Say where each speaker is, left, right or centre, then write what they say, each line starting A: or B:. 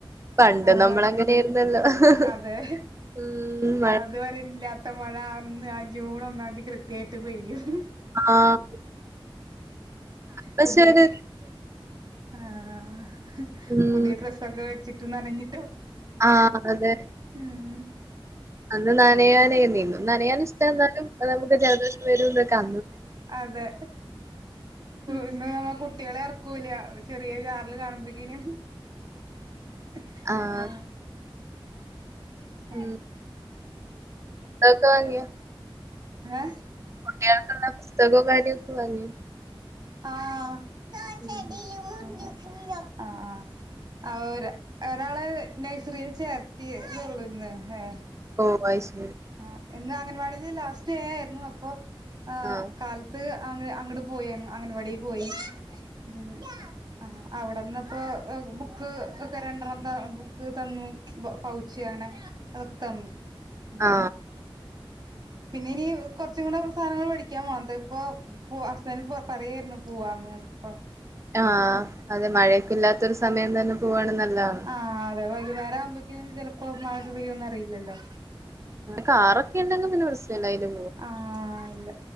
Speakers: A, on the right; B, on the right.
A: പണ്ട്
B: നമ്മളങ്ങനെ
A: നമ്മളങ്ങനെയായിരുന്നല്ലോ
B: ആഹ് അതെ
A: ഉം
B: അതുവരെയില്ലാ ട്ട മഴ അന്ന് അ ജൂൺ ഒന്നാംതി കൃത്യായിട്ട് പെയ്യും.
A: ആഹ് പക്ഷെ
B: പുതിയെ
A: ഒരു
B: ആഹ്
A: ഉം
B: പുതിയ ഡ്രസ്സൊക്കെ മേടിച്ചി തു നനഞ്ഞ്
A: ആഹ് അതെ
B: ഉം
A: അന്ന് നനയാൻ <unintelligible> നനയാൻ ഇഷ്ടാ എന്നാലും നമുക്ക് ജലദോഷം വരൂന്നൊക്കെ അ
B: അതെ
A: ഉം
B: ഇന്ന് നമ്മ കു ട്ടികളെ ഇറക്കൂല്ല ചെറിയ ചാറല് കാണുമ്പോക്കീനും <unintelligible>
A: ആഹ്
B: ആ ആ
A: ഉം പുസ്തകമൊക്കെ വാങ്ങിയോ
B: ഏ
A: കുട്ടികൾക്കുള്ള പുസ്തകവും കാര്യമൊക്കെ വാങ്ങിയോ
B: ആ ദോശ
A: ഉം
B: ഇഡ്ഡ്ലി മുറിയും ആ ആ ആ ഒര ഒരാള് നഴ്സറിയിൽ ചേർത്തിയ ഇതൊള്ളൂന്ന് ഹേ
A: ഓ അയ്ശെ
B: ആ എന്നാ അംഗൻവാടി ലാസ്റ്റ് ഡേ ആയിരുന്നു അപ്പൊ ആ
A: ആഹ്
B: കാലത്ത് അ അങ്ങട്ട് അങ്ങട്ട് പോയിു അംഗനവാടിയിൽ പോയി ഉം ആ അവിടെന്ന് ഇപ്പോ ബുക്ക് ഒക്കെ രണ്ടെണ്ണം ത ബുക്ക് തന്നു പൗച്ച് അങ്ങനെ അതൊക്ക തന്നു ഉം
A: ആ
B: പിന്നെ ഇനി കൊറ കൊച്ചുങ്ങടെ സാധനങ്ങൾ മേടിക്കാൻ വേണ്ടിയിപ്പോ പ ഹസ്ബെൻഡ്‌ <unintelligible> ഒന്ന് പോവാണ് നമൂക്കിപ്പൊ
A: ആ അതെ മഴയൊക്കെ ഇല്ലാത്തൊരു സമയം തന്നെ പോവാണ് നല്ലതാണ്
B: ആ അതെ വൈകുന്നേരം ആകുമ്പോഴേക്കും ചില പ്പം മഴയൊക്കെ പെയ്യോന്ന് അറിയില്ലല്ലോ
A: കാറൊക്കെ ഉണ്ടെങ്കിൽ പിന്നെ പ്രശ്നം ഇല്ല അതിന്റെ
B: ആ ഇല്ല